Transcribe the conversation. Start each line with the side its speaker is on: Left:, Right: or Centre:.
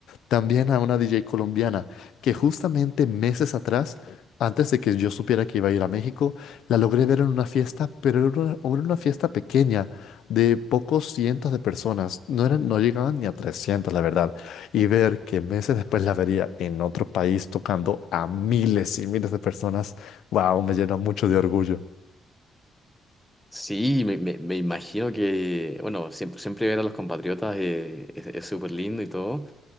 Left: También a una DJ colombiana que justamente meses atrás, antes de que yo supiera que iba a ir a México, la logré ver en una fiesta, pero era una, era una fiesta pequeña de pocos cientos de personas. No eran, no llegaban ni a 300, la verdad. Y ver que meses después la vería en otro país tocando a miles y miles de personas, wow, me llena mucho de orgullo.
Centre: Sí, me, me- me imagino que, bueno, siempre, siempre ver a los compatriotas eh, es es súper lindo y todo.